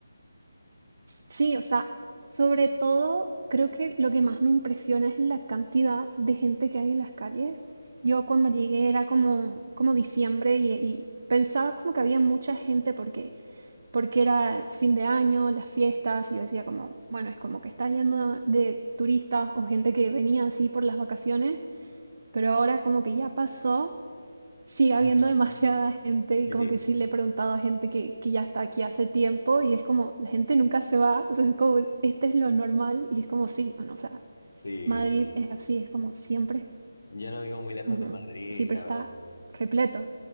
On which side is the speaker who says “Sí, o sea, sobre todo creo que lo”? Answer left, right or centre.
Right